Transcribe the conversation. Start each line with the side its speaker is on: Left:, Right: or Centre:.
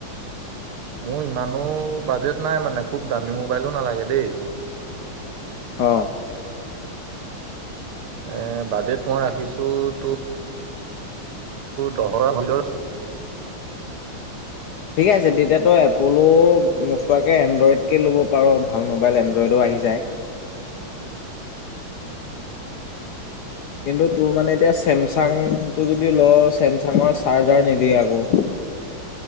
Right: মোৰ ইমানো বাজেট নাই মানে খুব দামী মোবাইলো নালাগে দেই।
Left: অহ
Right: এ বাজেট মই ৰাখিছো তোৰ দহৰ ভিতৰত।
Left: ঠিক আছে তেতিয়াতো এপলো নোচোৱাকৈ এনড্ৰইডকে ল'ব পাৰ ভাল মোবাইল এনড্ৰইডো আহি যায়। কিন্তু তোৰ মানে এতিয়া চেমচাংটো
Right: এ
Left: যদি লৱ। ছেমচাঙৰ চাৰ্জাৰ নিদিয়ে আকৌ।